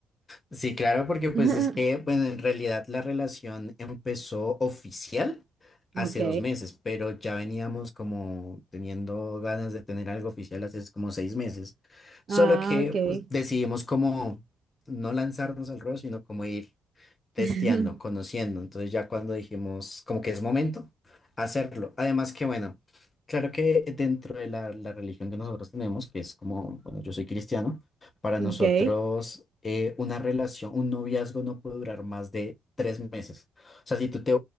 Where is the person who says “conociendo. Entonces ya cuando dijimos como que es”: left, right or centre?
Left